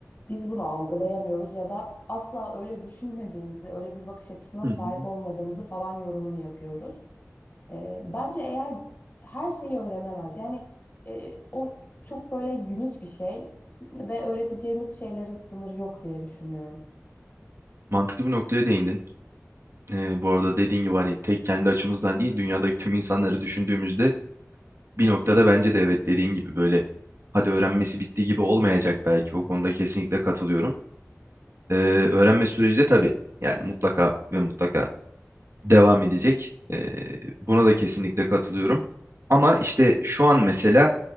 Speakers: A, on the left; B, on the right.
A: biz bunu algılayamıyoruz ya da asla öyle düşünmediğimizi, öyle bir bakış açısına
B: Hı
A: sahip
B: hı.
A: olmadığımızı falan yorumlu yapıyoruz. E, bence eğer her şeyi öğrenemez. Yani e, o çok böyle unik bir şey ve öğreteceğimiz şeylerin sınırı yok diye düşünüyorum.
B: Mantıklı bir noktaya değindin. Ee, bu arada dediğin gibi hani tek kendi açımızdan değil dünyadaki tüm insanları düşündüğümüzde bir noktada bence de evet dediğin gibi böyle hadi öğrenmesi bitti gibi olmayacak belki o konuda kesinlikle katılıyorum. Ee, öğrenme süreci de tabii yani mutlaka ve mutlaka devam edecek. Ee, buna da kesinlikle katılıyorum. Ama işte şu an mesela